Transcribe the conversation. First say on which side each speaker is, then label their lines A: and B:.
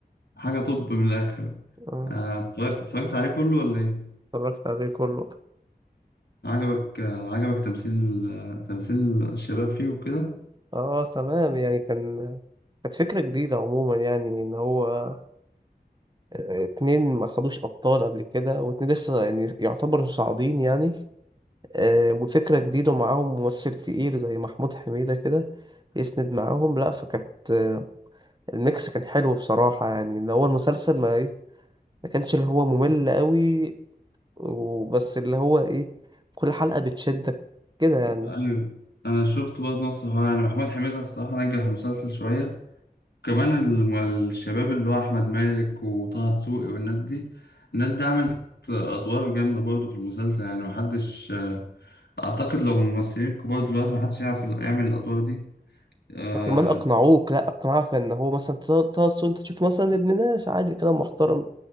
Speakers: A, on the left (about 85°); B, on the right (about 25°).
A: حاجة طب من الآخر
B: آه،
A: آه، اتفرجت اتفرجت عليه كله ولا إيه؟
B: اتفرجت عليه كله
A: عجبك آه، عجبك تمثيل آه، تمثيل الشباب فيه وكده؟
B: اه تمام يعني كان كانت فكرة جديدة عموما يعني ان هو آه، اتنين ما خدوش أبطال قبل كده واتنين لسه يعني يعتبروا صاعدين يعني آه، وفكرة جديدة ومعاهم ممثل تقيل زي محمود حميدة كده يسند معاهم لا فكانت آه، الميكس كان حلو بصراحة يعني إن هو المسلسل ما إيه ما كانش اللي هو ممل قوي وبس اللي هو إيه كل حلقة بتشدك كده يعني
A: أيوة أنا شفت برضه نفس الحوار يعني محمود حميدة الصراحة نجح المسلسل شوية كمان الم- الشباب اللي هو أحمد مالك وطه دسوقي والناس دي الناس دي عملت أدوار جامدة برضه في المسلسل يعني محدش آه، أعتقد لو ممثلين كبار دلوقتي محدش يعرف يعمل الأدوار دي آه
B: كمان اقنعوك لا اقنعك ان هو مثلا تقص وانت تشوف مثلا ابن ناس عادي كده محترم